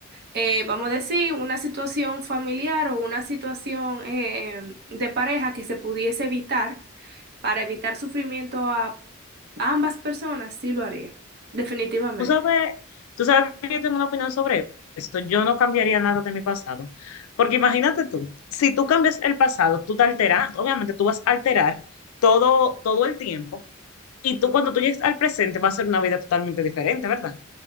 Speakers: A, on the right; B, on the left.
A: eh, vamos a decir, una situación familiar o una situación eh, de pareja que se pudiese evitar para evitar sufrimiento a ambas personas, sí lo haría, definitivamente.
B: Tú sabes, tú sabes que yo tengo una opinión sobre eso. Yo no cambiaría nada de mi pasado. Porque imagínate tú, si tú cambias el pasado, tú te alteras, obviamente tú vas a alterar todo, todo el tiempo. Y tú cuando tú llegues al presente va a ser una vida totalmente diferente, ¿verdad?